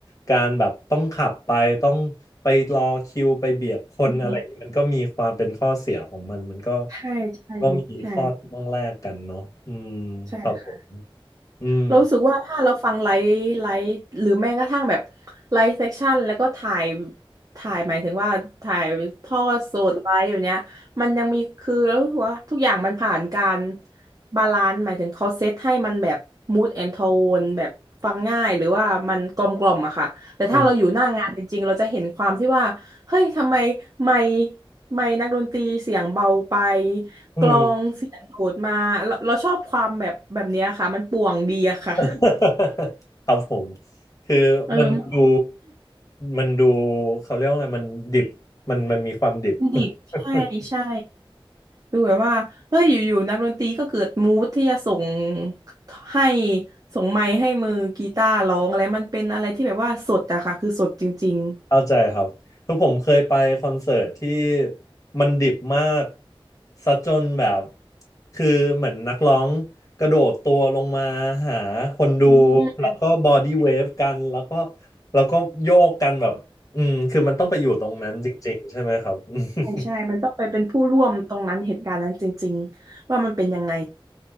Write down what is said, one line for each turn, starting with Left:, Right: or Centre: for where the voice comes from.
Left: การแบบต้องขับไปต้องไปรอคิวไปเบียดคนอะไรอย่างนี้มันก็มีความเป็นข้อเสียของมันมันก็
Right: อืมใช่ใช่ใช่
Left: ก็มีข้อที่ต้องแลกกันเนาะอืม
Right: ใช่ค่ะ
Left: ครับผมอืม
Right: เรารู้สึกว่าถ้าเราฟังไลฟ์ไลฟ์หรือแม้กระทั่งแบบไลฟ์เซสชั่นแล้วก็ถ่ายถ่ายหมายถึงว่าถ่ายทอดสดไลฟ์อย่างเนี้ยมันยังมีคือเรารู้สึกว่าทุกอย่างมันผ่านการบาลานซ์หมายถึงเขาเซตให้มันแบบ mood and tone แบบฟังง่ายหรือว่ามันกลมกล่อมอะค่ะแต่ถ้าเราอยู่หน้างานจริงๆเราจะเห็นความที่ว่าเฮ้ยทำไมไม่
Left: อืม
Right: ไม่นักดนตรีเสียงเบาไป
Left: อืม
Right: กลองเสียงโดดมาเราเราชอบความแบบแบบเนี้ยค่ะมันป่วงดีอะค่ะ
Left: <laughs> ครับผมคือมันดู
Right: เออมัน
Left: มันดูเขาเรียกว่าอะไรมันดิบมันมันมีความดิบ
Right: <coughs>
Left: <laughs>
Right: ดิบใช่ใช่ดูแบบว่าเฮ้ยอยู่ๆนักดนตรีก็เกิดมูดที่จะส่งให้ส่งไมค์ให้มือกีตาร์ร้องอะไรมันเป็นอะไรที่แบบว่าสดอะค่ะคือสดจริง
Left: เข้าใจครับคือผมเคยไปคอนเสิร์ตที่มันดิบมากซะจนแบบคือเหมือนนักร้องกระโดดตัวลงมาหาคนดู
Right: ๆอืม
Left: แล้วก็บอดี้เวฟกันแล้วก็แล้วก็โยกกันแบบอืมคือมันต้องไปอยู่ตรงนั้นจริงๆใช่ไหมครับ <laughs>
Right: ใช่ใช่มันต้องไปเป็นผู้ร่วมตรงนั้นเหตุการณ์นั้นจริงๆว่ามันเป็นยังไง